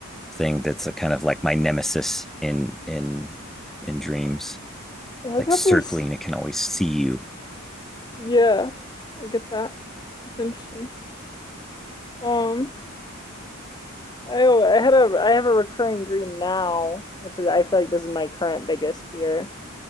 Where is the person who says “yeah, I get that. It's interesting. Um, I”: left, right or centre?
Left